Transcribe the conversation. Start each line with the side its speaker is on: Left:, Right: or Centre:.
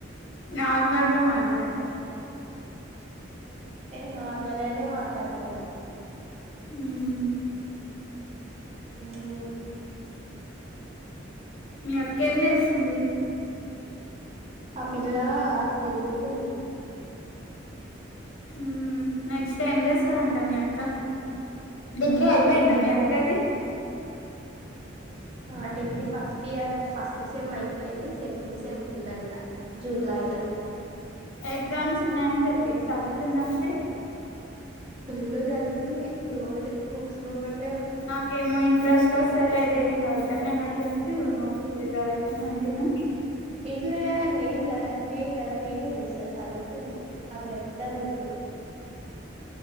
Left: నార్మల్ గ మాట్లాడు
Right: నేను నార్మలనే మాట్లాడు తిన్న
Left: మ్మ్
Right: హుమ్
Left: మీ అక్కెం చేస్తుంది
Right: ఆ పిల్లా తిరుగుతుంది
Left: హుమ్ నెక్స్ట్ ఏం చేస్తదంట మీ అక్క డిగ్రీ అయిపోయింద
Right: ఆమెకే
Left: మీ అక్కది
Right: ఆ degree first year first sem అయిపోయింది సెకండ్ సెమ్ ఉందంట జూలైల
Left: ఎగ్జామ్స్ ఉన్నాయని చెప్పింది చదువుతుంద మరి
Right: ఫుల్లు జ చదువుతుంది రోజు బుక్స్ ముంగల్
Left: నాకేమో ఇంట్రెస్ట్ తోసలేదేం ఏం సదువ్తలేను అని చెప్పి అంటినా
Right: ఇంటిగురాలని నేను గదా నేను గదా నేనే సస్ చదువుతుంది అట్లా చెప్తది మీకు